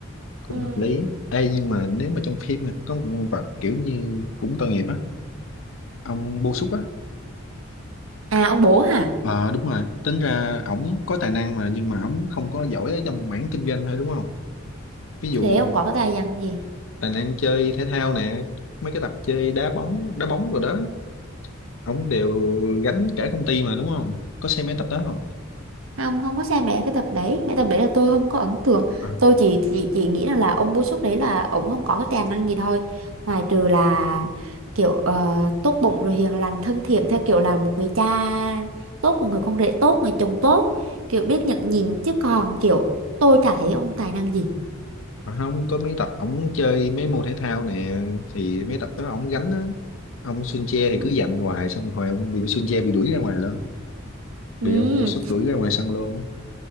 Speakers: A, on the left; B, on the right.
A: cũng
B: ừ.
A: hợp lý Ê nhưng mà nếu mà trong phim mà có một nhân vật kiểu như cũng tội nghiệp á ông Bô Xúc á
B: à ông bố hả
A: ờ đúng rồi tính ra ổng có tài năng mà nhưng mà ổng không có giỏi ở trong mảng kinh doanh thôi đúng không ví dụ
B: thế ông có cái tài năng gì
A: tài năng chơi thể thao nè mấy cái tập chơi đá bóng đá bóng rồi đó ổng đều gánh cả công ty mà đúng không có xem mấy tập đó không
B: không không có xem mẹ cái tập đấy mẹ tập đấy là tôi không có ấn tượng
A: à,
B: tôi chỉ chỉ chỉ nghĩ rằng là ông Bô Súc đấy là ông không có cái tài năng gì thôi ngoài trừ là kiểu ờ, tốt bụng rồi hiền lành thân thiện theo kiểu là một người cha tốt một người con rể tốt người chồng tốt kiểu biết nhận nhìn chứ còn kiểu tôi chả thấy ông tài năng gì
A: à không có mấy tập ổng chơi mấy môn thể thao nè thì mấy tập đó ổng gánh á ông Sun Che thì
B: Ừ.
A: cứ giành hoài xong rồi ông bị Sun Che bị đuổi ra ngoài luôn
B: Ừ.
A: bị ông bô súc đuổi ra ngoài sân luôn